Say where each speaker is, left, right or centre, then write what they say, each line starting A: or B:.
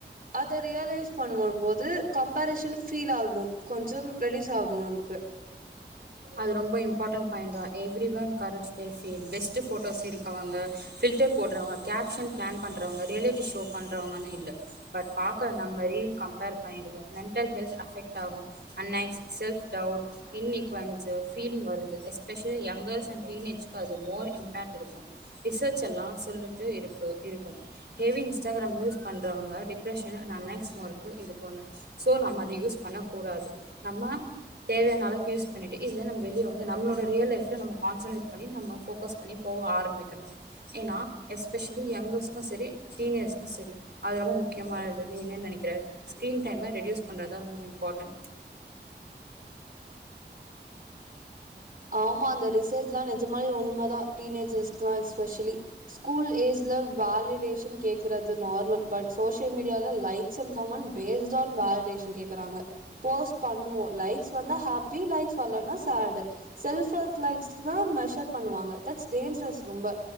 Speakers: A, on the right; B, on the right.
A: அத ரியலைஸ் பண்ணும்போது கம்பரிஷன் ஃபீல் ஆகு கொஞ்சம் ரெடியூஸ் ஆகு நமக்கு
B: அது ரொம்ப இம்பார்ட்டன் பயண்ட்ரா every one corrupts they build best photos இருக் அவங்க ஃபில்டர் போடுறவங்க கேப்ஷன் பிளான் பண்றவங்க ரியாலிட்டி ஷோ பண்றவங்கன்னு இல்ல பட் பாக்ற நம்ம ரீல் கம்பேர் பண்ணிடுவோ மெண்டல் ஹெல்த் அஃபெக்ட் ஆகு அண்ணஸ் செல்ஃப் டவுட் இன்னி குவன்ஸ் பீலிங் வருது எஸ்பஷலி யங்கர்ஸ் அண்ட் டீனேஜ்கு அது மோர் இம்பேட் இருக்கு ரிசர்ச் எல்லா சொல்லிட்டு இருக்கு இருக்கும் ஹெவி இன்ஸ்டாகிராம் யூஸ் பண்றவங்க டிப்ரஷன் அன் நெக் மர்கக்கு இது பண்ணு சோ நம்ம அத யூஸ் பண்ண கூடாது நம்ம தேவையான அளவுக்கு யூஸ் பண்ணிட்டு இல்ல நம் வெளிய வந்து நம்ளோட ரியல் லைஃப்ல நம்ம கான்ஸ்டிரெட் பண்ணி நம்ம போக்கஸ் பண்ணி போக ஆரம்பிக்கணு ஏனா எஸ்பெஷலி யங்கர்ஸ்கக்கு சரி டீனேஜஸ்கக்கும் சரி அது ரொம்ப முக்கியமானது நீ என்ன நனைக்கிற ஸ்கிரீன் டைம ரெடியூஸ் பண்றதுதா ரொம்ப இம்பார்டண்ட்
A: ஆமா அந்த ரிசர்ச்ல்லா நெஜமாலே உண்ம தா டீனேஜர்ஸ்க்கல்லா எஸ்பெஷலி ஸ்கூல் ஏஜ்ல வலிடேஷன் கேக் றது நார்மல் பட் சோசியல் மீடியால்ல likes and comment based on validation கேக்குறாங்க போஸ்ட் பண்ணுவோ லைக்ஸ் வந்தா ஹாப்பி லைக்ஸ் வரலனா சேடு செல்ப்லைக்ஸ் தா மெஷர் பண்ணுவாங்க தட்ஸ் டேஞ்சரஸ் ரொம்ப